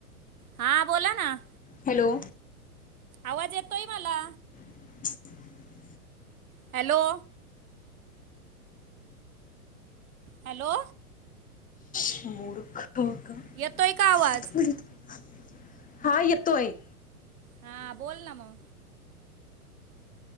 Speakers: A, on the right (about 65°); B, on the left (about 15°).
A: हा बोला ना.
B: हॅलो.
A: आवाज येतोय मला.
B: <inaudible>
A: हॅलो. हॅलो.
B: <unintelligible>
A: येतोय का आवाज
B: हा येतोय.
A: हा बोल ना म.